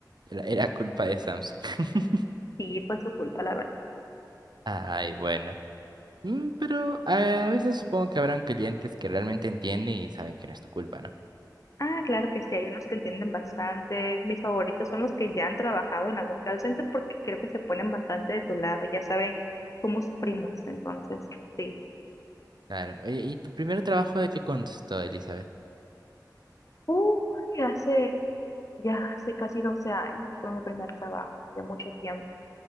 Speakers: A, on the right; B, on the left.
A: era, era culpa de Samsung. <laughs>
B: Sí, fue su culpa, la verdad.
A: Ay, bueno. Mm, pero a, a veces supongo que habrán clientes que realmente entienden y saben que no es tu culpa, ¿no?
B: Ah, claro que sí, hay unos que entienden bastante. Mis favoritos son los que ya han trabajado en algún call center porque creo que se ponen bastante de tu lado, ya saben cómo sufrimos, entonces, sí.
A: Claro. Oye, ¿y tu primer trabajo de qué constó, Elizabeth?
B: Uy, hace, ya hace casi 12 años fue mi primer trabajo, ya mucho tiempo.